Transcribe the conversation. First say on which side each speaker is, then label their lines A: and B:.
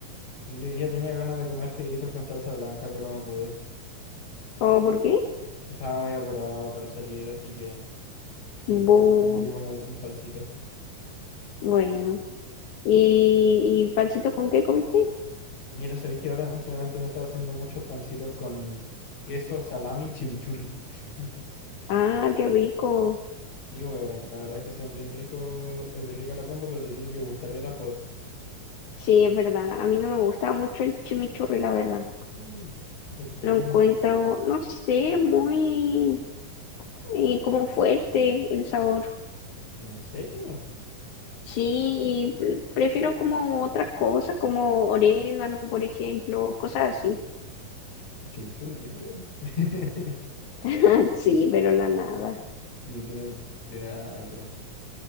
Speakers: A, on the left; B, on the left.
A: Y yo hoy día tenía ganas de comer fideitos con salsa blanca, pero no pude.
B: ¿O por qué?
A: Estaba muy apurado para salir, así que sí, comí,
B: Bu-
A: comí como un pancito.
B: bueno. ¿Y, y pancito con qué comiste?
A: Mira, sabéis que ahora últimamente me he estado haciendo muchos pancitos con queso, salami y chimichurri. <laughs>
B: Ah, qué rico.
A: Sí, weón, la verdad es que son bien ricos, es bien rica la combo, pero te tiene que gustar el ajo.
B: Sí, es verdad. A mí no me gusta mucho el chimichurri, la verdad.
A: Mm, ¿Por qué?
B: Lo encuentro, no sé, muy... y como fuerte el sabor.
A: ¿En serio?
B: Sí, y pre- prefiero como otras cosas, como orégano, por ejemplo, cosas así.
A: El chimichurri tiene orégano. <laughs>
B: <laughs> Sí, pero la nada.
A: Y tiene, tiene nada, es verdad.